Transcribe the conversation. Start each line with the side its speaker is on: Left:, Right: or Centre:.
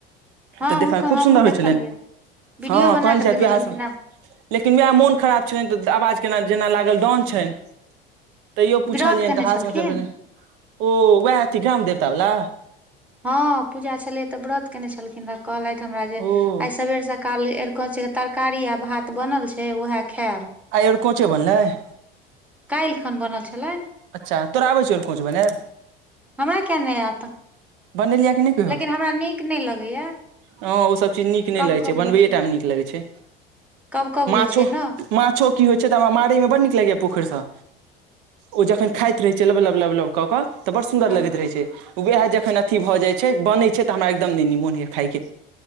Centre: हँ
Right: तऽ देखयमे
Centre: हुनकर
Right: खूब
Centre: हमहुँ
Right: सुन्दर होइ
Centre: देखलियै
Right: छलनि
Centre: वीडियो
Right: हँ
Centre: बना
Right: कहल
Centre: कऽ
Right: छैथ
Centre: देने
Right: उएहसँ
Centre: छलखिन हेँ
Right: लेकिन उएह मोन खराब छनि तऽ आवाज केना जेना लागल डाउन छनि। तैयो पूछलियनि
Centre: व्रत केने
Right: तऽ
Centre: छलखिन
Right: हाथ मे जे भेलैन ओ वएह हेती गाम देवता वला।
Centre: हँ, पूजा छलै तऽ व्रत केने छलखिन, कहलथि हमरा जे
Right: ओ
Centre: आइ सबेरसँ काल्हि ऐरकन्च तरकारी आ भात बनल छै उएह। खायब
Right: आई ऐरकोंचो बनलैय।
Centre: काल्हि खन बनल छलनि।
Right: अच्छा, तोरा आबैय छौ ऐरकोच बनलैय।
Centre: हमरा कियै नहि आयत।
Right: बनेलियै कि नहि।
Centre: लेकिन हमरा नीक नहि लगैया
Right: हँ ओ सब चीज नीक नहि
Centre: कब
Right: लगै
Centre: कब
Right: छै
Centre: होइ
Right: बनबैए टामे नीक लगै छै।
Centre: कब कब
Right: माछो
Centre: होइ छै ने।
Right: माछो की होइ छै तऽ हमरा मारय मे बड नीक लगैया पोखरिसँ ओ जखन खाइत रहै छै लबलब लबलब कऽ बड़ सुन्दर
Centre: हँ
Right: लगैत रहै छै उएह जखन अथी भऽ जाइत छै बनै छै तऽ हमरा एकदम नहि मोन होइए खायके।